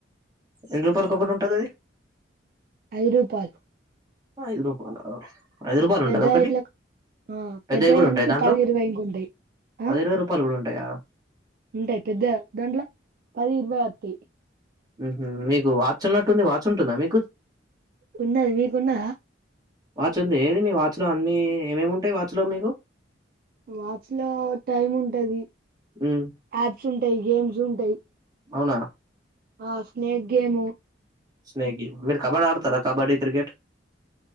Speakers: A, on the right; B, on the right.
A: ఎన్ని రూపాయలక
B: ఆ
A: ఒకటి ఉంటుంది అది
B: ఐదు రూపాయలు
A: ఐదు రూపాయల ఐదు రూపాయలు
B: పెద్ద
A: ఉంటద ఒకటి
B: ఇట్ల ఆ
A: పెద్దవి
B: పెద్దయానికి
A: కూడా ఉంటాయి దాంట్లో
B: పది ఇరవై ఇంకుంటాయి ఆ
A: పది ఇరవై రూపాయలు కూడా ఉంటాయా
B: ఉంటాయి పెద్ద దాంట్లో పది ఇరవై వతాయి
A: ఉహ్మ్ మీకు వాచ్ ఉన్నట్టుంది వాచ్ ఉంటుందా మీకు
B: ఉనది మీకు ఉన్నదా
A: వాచ్ ఉంది ఏది మీ వాచ్లో అన్ని ఏమేమి ఉంటాయి వాచ్లో మీకు
B: వాచ్ లో టైమ్ ఉంటది
A: హ్మ్.
B: యాప్స్ ఉంటాయి గేమ్స్ ఉంటాయి
A: అవునా
B: ఆ స్నేక్ గేము
A: స్నేక్ గేమ్ మీరు కబడ్డీ ఆడతారా కబడ్డీ క్రికెట్